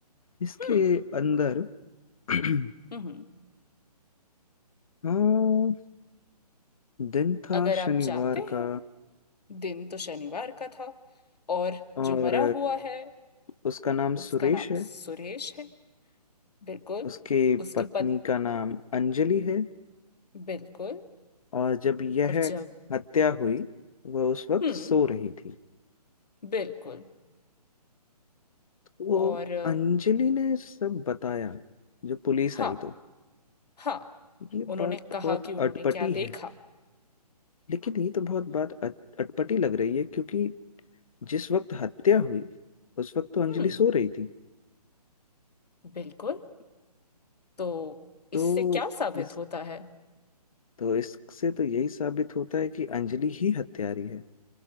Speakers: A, on the left (about 55°); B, on the left (about 75°).
A: इसके
B: हम्म
A: अंदर <clears throat>
B: हम्म
A: हाँ दिन था
B: अगर आप
A: शनिवार
B: चाहते हैं
A: का
B: दिन तो शनिवार का था और
A: और
B: जो मरा हुआ है
A: उसका नाम
B: उसका
A: सुरेश
B: नाम
A: है
B: सुरेश है बिल्कुल
A: उसकी
B: उसकी
A: पत्नी
B: पत
A: का नाम अंजलि है
B: बिल्कुल
A: और जब यह
B: और जब
A: हत्या हुई वह उस वक्त
B: हम्म
A: सो रही थी
B: बिल्कुल
A: वो
B: और अ,
A: अंजलि ने सब बताया जो पुलिस
B: हाँ
A: आई तो
B: हाँ
A: ये
B: उन्होंने
A: बात
B: कहा
A: बहुत
B: कि उन्होंने
A: अटपटी
B: क्या देखा
A: है लेकिन ये तो बहुत बात अट, अटपटी लग रही है क्योंकि जिस वक्त हत्या हुई उस वक्त तो अंजलि
B: हम्म
A: सो रही थी
B: बिल्कुल तो
A: तो
B: इससे क्या साबित
A: इस
B: होता है
A: तो इससे तो यही साबित होता है कि अंजलि ही हत्यारी है